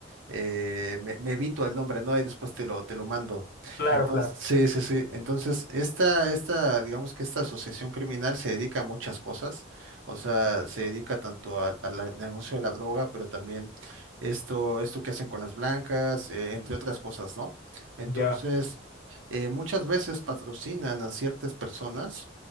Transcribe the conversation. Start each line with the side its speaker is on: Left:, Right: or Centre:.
Right: eh, me, me evito el nombre, ¿no? Y después te lo, te lo mando.
Left: Claro,
Right: Entonces,
Left: claro,
Right: sí, sí, sí. Entonces, esta, esta, digamos que esta asociación criminal se dedica a muchas cosas. O sea, se dedica tanto a- a la- al negocio de la droga, pero también esto, esto que hacen con las blancas, eh, entre otras cosas, ¿no? Entonces,
Left: ya,
Right: eh, muchas veces patrocinan a ciertas personas,